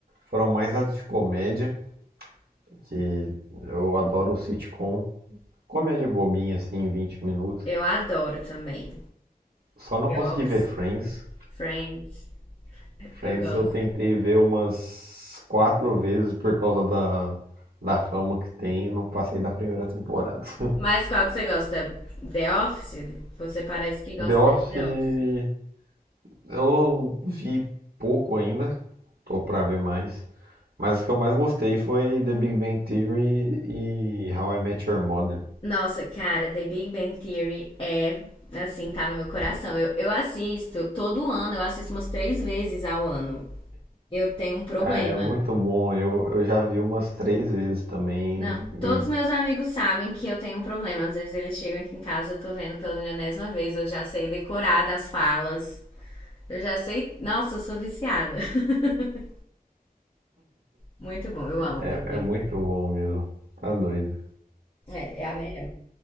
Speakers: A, on the right (about 80°); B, on the left (about 35°).
A: foram mais as de comédia, que eu adoro sitcom, comédia bobinha assim, em 20 minutos.
B: Eu adoro também.
A: Só não
B: The
A: consegui
B: Office,
A: ver Friends.
B: Friends,
A: Friends
B: eu gosto.
A: eu tentei ver umas quatro vezes por causa da, da fama que tem, não passei da primeira temporada. <laughs>
B: Mas qual que você gosta? The Office? Você parece que gosta
A: The Office
B: de The Office.
A: eu vi pouco ainda, tô pra ver mais. Mas o que eu mais gostei foi The Big Bang Theory e How I Met Your Mother.
B: Nossa, cara, The Big Bang Theory é, assim, tá no meu coração. Eu, eu assisto todo ano, eu assisto umas três vezes ao ano. Eu tenho um problema.
A: Ah, é muito bom, eu, eu já vi umas três vezes também
B: Não, todos
A: e
B: meus amigos sabem que eu tenho um problema. Às vezes eles chegam aqui em casa, eu tô vendo pela milionésima vez, eu já sei decorar das falas. Eu já sei. Nossa, eu sou viciada. <laughs> Muito bom, eu amo
A: é,
B: Big Bang
A: é muito
B: Theory.
A: bom mesmo. Tá doido.
B: É, é a melhor.